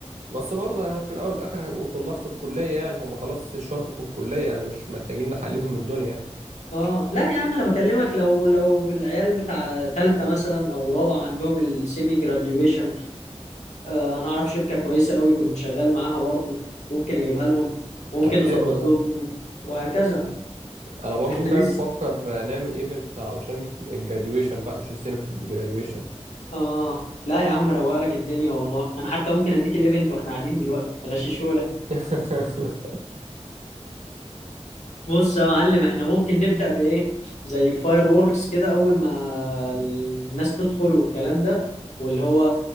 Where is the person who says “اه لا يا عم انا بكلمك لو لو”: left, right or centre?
Left